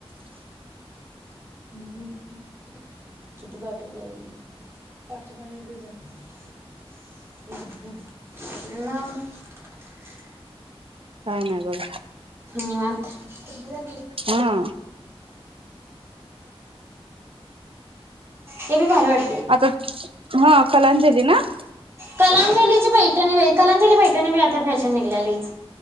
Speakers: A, on the right (about 25°); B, on the right (about 65°).
A: <inaudible>
B: काय नाही बघ.
A: निवांत -
B: हा
A: हे बी भारी वाटतयं.
B: आता हा कलांजली ना.
A: कलांजलीची पैठणी बाई कलांजली पैठणी बी आता फॅशन निघल्या लईच.